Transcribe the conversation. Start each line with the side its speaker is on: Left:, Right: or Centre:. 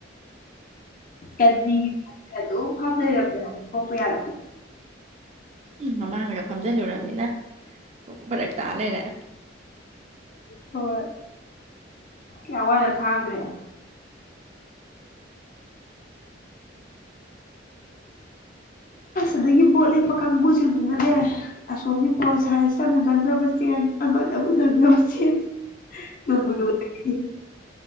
Left: ꯀꯗꯤ ꯑꯗꯨꯝ ꯐꯝ ꯂꯩꯔꯝꯃꯦ ꯍꯥꯏ ꯊꯣꯛꯄ ꯌꯥꯒꯗꯤ
Right: ꯃꯃꯥꯡꯗꯒ ꯐꯝꯖꯤꯜꯂꯨꯔꯕꯅꯤꯅ ꯊꯣꯛ ꯐꯔꯛ ꯇꯥ ꯂꯩꯔꯑꯦ
Left: ꯍꯣꯏ ꯌꯥꯋꯥꯗ ꯍꯥꯏ꯭ꯔꯦ ꯑꯗꯒꯤ ꯄꯣꯠ ꯂꯦꯞꯄ ꯀꯥꯡꯕꯨꯁꯤꯡꯗꯨꯅꯅꯦ ꯑꯁꯣꯝꯒꯤ ꯄꯣꯠ ꯁꯥꯏꯁꯇ ꯑꯃꯨꯛ ꯅꯪꯅꯕ ꯆꯦꯟ ꯑꯃꯗ ꯑꯃꯨꯛ ꯅꯪꯅꯕ ꯆꯦꯟ ꯅꯨꯡꯕꯨ ꯅꯨꯡꯉꯥꯏꯅꯤ